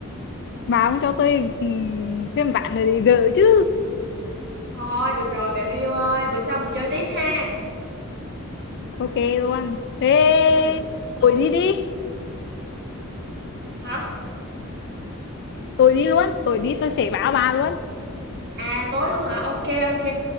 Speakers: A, on the left (about 55°); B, on the right (about 50°).
A: bà không cho tôi ừm, thêm vãn rồi thì gỡ chứ
B: thôi được rồi bạn yêu ơi bữa sau mình chơi tiếp ha
A: ok luôn thế
B: ừ
A: tôi đi đi
B: hả
A: tôi đi luôn tôi đi tôi sẽ báo bà luôn
B: à tối luôn hả ok ok